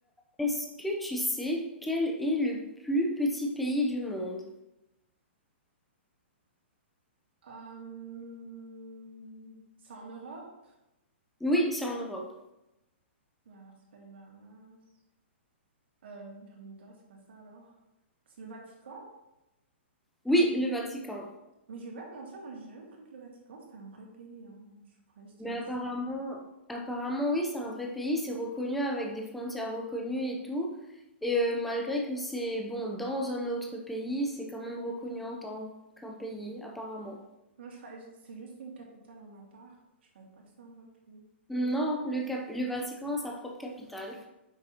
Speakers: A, in the centre; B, on the right (about 60°).
A: Est-ce que tu sais quel est le plus petit pays du monde?
B: Hum, C'est en Europe?
A: Oui, c'est en Europe.
B: Bah alors, c'est pas les Bahamas. Euh, Bermuda, c'est pas ça alors. C'est le Vatican?
A: Oui, le Vatican.
B: Mais je vais pas te mentir, moi j'ai jamais cru que le Vatican c'était un vrai pays. hein. Je croyais que c'était
A: Mais
B: juste
A: apparemment,
B: une...
A: apparemment, oui, c'est un vrai pays, c'est reconnu avec des frontières reconnues et tout. Et euh, malgré que c'est bon dans un autre pays, c'est quand même reconnu en tant qu'un pays, apparemment.
B: Moi, je croyais que c'était juste une capitale en à part. Je croyais pas que c'était un vrai pays.
A: Non, le cap- le Vatican a sa propre capitale.